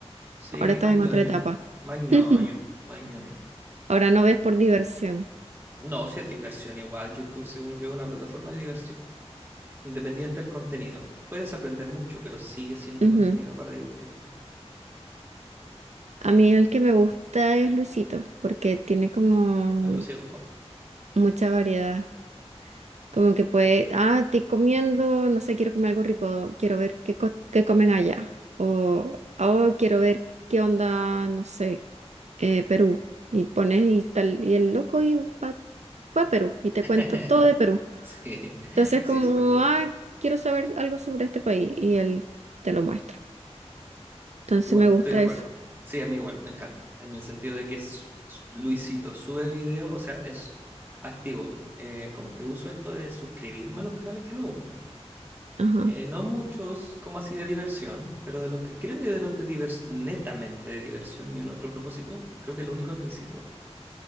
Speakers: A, on the right; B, on the right.
A: Sí,
B: ahora estás
A: más ñoño,
B: en otra etapa.
A: más ñoño,
B: <laughs>
A: más ñoño.
B: Ahora no ves por diversión.
A: No, si es diversión igual, YouTube, según yo, es una plataforma de diversión, independiente del contenido. Puedes aprender mucho, pero sigue siendo
B: Ujú.
A: contenido para divertirte.
B: A mí el que me gusta es Luisito, porque tiene como
A: Ah, pero sí es God.
B: mucha variedad. Como que puede, ah, estoy comiendo, no sé, quiero comer algo rico, quiero ver qué, co- qué comen allá. O, oh, quiero ver qué onda, no sé, eh, Perú. Y pones y tal, y el loco y va- fue a Perú y te
A: <laughs>
B: cuenta todo de Perú.
A: Sí,
B: Entonces,
A: sí,
B: como,
A: súper cool.
B: ah, quiero saber algo sobre este país y él te lo muestra. Entonces,
A: Igual,
B: me gusta
A: estoy de acuerdo.
B: eso.
A: Sí, a mí igual, me encanta. En el sentido de que es- es- Luisito sube video, o sea, es activo. Eh, como que uso esto de suscribirme a los canales que me gustan.
B: Ajá,
A: Eh, no muchos como así de diversión, pero de los que creo que de los de diversión, netamente de diversión, ni un otro propósito, creo que el único es Luisito.